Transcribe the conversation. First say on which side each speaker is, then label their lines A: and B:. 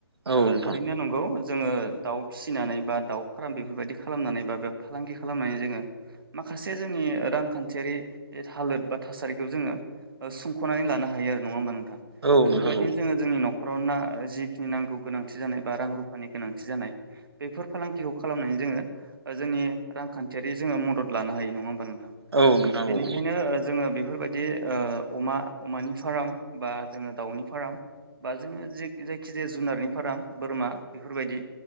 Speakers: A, on the right; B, on the right.
A: औ
B: ओ
A: नोंथां
B: थारैनो नंगौ जोङो दाउ फिसिनानै बा दाउ फार्म बेफोरबायदि खालामनानै बा बे फालांगि खालामनानै जोङो माखासे जोंनि रांखान्थियारि हालोद बा थासारिखौ जोङो ओ सुंख'नानै लानो हायो आरो नङा होमबा नोंथां
A: औ
B: बेफोरबायदिनो
A: नोंथां औ
B: जोङो जोंनि न'खराव ना जिखिनि नांगौ गोनांथि जानाय बा रां-रुफानि गोनांथि जानाय बेफोर फालांगिखौ खालामनानै जोङो ओ जोंनि रांखान्थियारि जोङो मदद लानो हायो नङा होमबा नोंथां
A: औ
B: बेनिखायनो
A: औ
B: ओ जोङो बेफोरबायदि बिदि ओ अमा अमानि फार्म बा जोङो दाउनि फार्म बा जोङो जे जायखि जाया जुनारनि फार्म बोरमा बेफोरबायदि